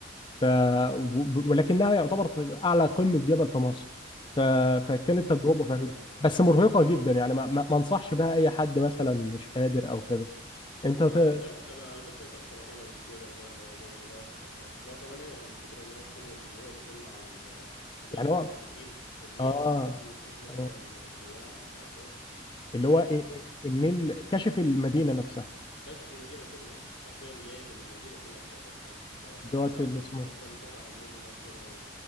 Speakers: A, on the left; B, on the left.
A: ف... و- ولكنها يعتبر اعلى قمه جبل في مصر ف... فكانت
B: آه، حلو
A: تجربه
B: والله
A: فريده
B: ال-
A: بس مرهقه
B: حلو ان الواحد
A: جدا يعني
B: يروح
A: ما, ما
B: سانت
A: ما انصحش
B: كاترين
A: بها اي حد مثلا مش قادر او كده انت ت...
B: انا تعبت انا على فكره تعبت انا طالع الجبل ده اللي هو جبل الهواء بتاع اسوان لو كمان إيه، الفكره ان هو حلو ان هو بيطلع على ال... هتلاقي
A: يعني
B: تحتك
A: هو
B: النيل النيل
A: اه
B: معدي وفيه مثلا
A: تمام.
B: سياح مش عارف ايه
A: اللي هو
B: إيه،
A: إ- إ- النيل كشف المدينة نفسها
B: فكاشف المدينه كلها حرفيا جايب المدينه كلها بتاعت اسوان فلا
A: دوت اللي
B: وبتاخد
A: اسمه
B: لك كام صوره حلوين هناك كده